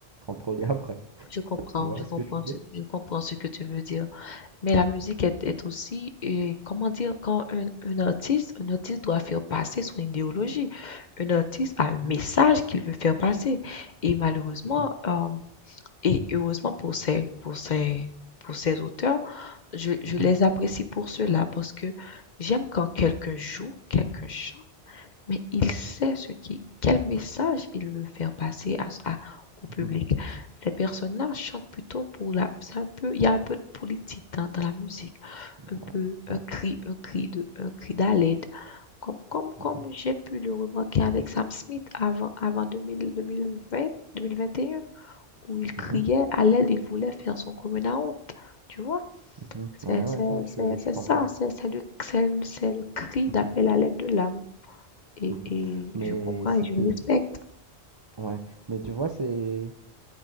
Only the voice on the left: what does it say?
Je comprends,
je
comprends,
ce- je comprends ce que tu veux dire. Mais la musique est, est aussi, euh, comment dire, quand un, un artiste, un artiste doit faire passer son idéologie. Un artiste a
un message qu'il veut faire passer. Et malheureusement,
euh, et heureusement pour ces, pour ces, pour ces auteurs, je, je
les apprécie pour cela parce que j'aime quand quelqu'un joue, quelqu'un chante mais il sait ce qui, quel message il veut faire passer à, à- au public.
Ces personnes-là chantent plutôt pour la, c'est un peu, il y a un peu de politique dans, dans la musique, un
peu un
cri, un cri de, un cri d'aide, comme, comme,
comme j'ai pu le remarquer avec Sam Smith avant, avant 2000, 2020, 2021, où il criait
à l'aide, il voulait faire son commun à honte, tu vois?
C'est
c'est-
c'est-
c'est
ça, c'est c'est le, c'est le c'est le cri
d'appel à l'aide de l'âme. Et,
et
je comprends
et je
respecte.